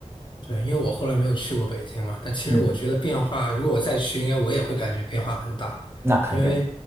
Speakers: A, on the left; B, on the right.
A: 对，因为我后来没有去过北京嘛，但其实我觉得变化，
B: 嗯，
A: 如果我再去，应该我也会感觉变化很大，
B: 那肯定，
A: 因为